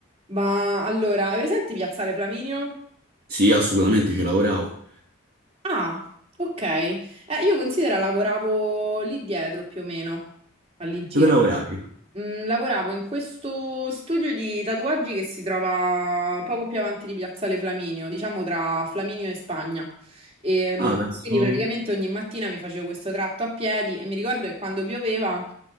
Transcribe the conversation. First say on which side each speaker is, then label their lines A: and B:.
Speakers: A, on the right (about 30°); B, on the right (about 50°).
A: Ma allora, hai presente Piazzale Flaminio?
B: Sì, assolutamente, ci lavoravo.
A: Ah, ok. Eh, io considero lavoravo lì dietro più o meno, all'incirca.
B: Dove lavoravi?
A: Mm, lavoravo in questo studio di tatuaggi che si trova poco più avanti di Piazzale Flaminio, diciamo tra Flaminio e Spagna. E, mm,
B: Ah, penso...
A: quindi praticamente ogni mattina mi facevo questo tratto a piedi e mi ricordo che quando pioveva